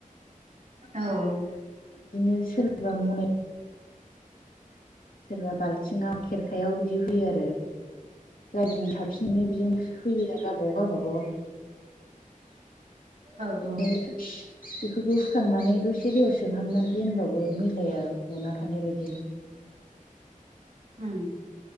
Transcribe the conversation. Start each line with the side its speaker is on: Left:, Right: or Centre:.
Right: औ।
Left: बिदिनो सोरबा मनायाव सोरबा बाल्थिङाव खेरखायाव बिदि हुयो आरो जायजों साबसिननो बिजों होयो ना गावबा गाव गावबा गाव।
Right: औ
Left: <unintelligible> बेखौबो हुखांनानै दसे दैयाव सोमहाबनानै दोनबावो मैलाया गना थानाय बायदि
Right: उम्म